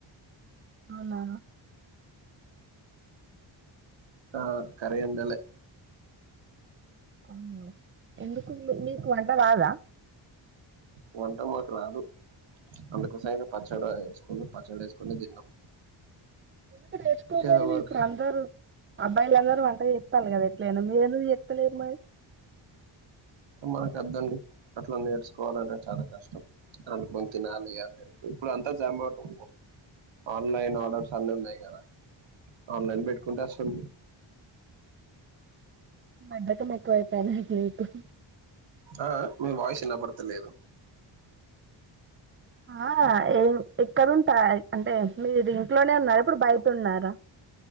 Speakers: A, on the right (about 25°); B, on the right (about 65°).
A: అవునా
B: ఆ కరంటాల
A: అ ఎందు మీకు వంట రాదా
B: వంట మాకు రాదు అందుకోస ఇ పచ్చడి వేసుకు పచ్చడి వేసుకుని తిన్నాం
A: ఎందుకు నేర్చుకోపోయిది
B: ఏదో వర్క్
A: ఇప్పుడు అందరు అబ్బాయిల అందరూ వంట ఎత్తాల కదా ఎట్లేనా మీర ఎత్తలేరు మారి
B: మనకుద్దండి అట్లా నేర్చుకోవాలంటే చాలా కష్టం అనుకని తినాలి అంట ఎందుకు ఇప్పుడు అంతా జమాటో ఆన్లైన్ ఆర్డర్స్ అన్ని ఉన్నాయి కదా ఆన్లైన్ పెట్టుకుంటేస్తుంది
A: బద <unintelligible>
B: ఆ మేము వాయిస్ విన్నబడతలేదు
A: ఆ ఏ ఎక్కడంటాయి అంటే మీరు ఇది ఇంట్లోనే ఉన్నారు ఇప్పుడు బయటన్నారా